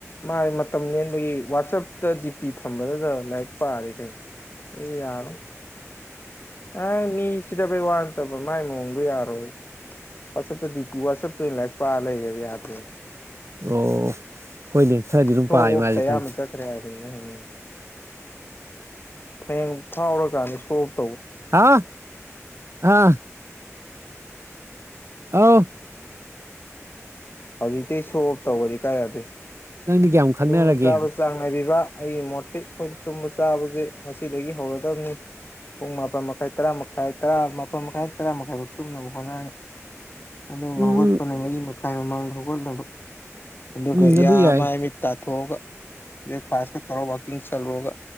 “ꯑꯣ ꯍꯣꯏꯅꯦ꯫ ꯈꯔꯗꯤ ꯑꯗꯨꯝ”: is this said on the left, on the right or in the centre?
Right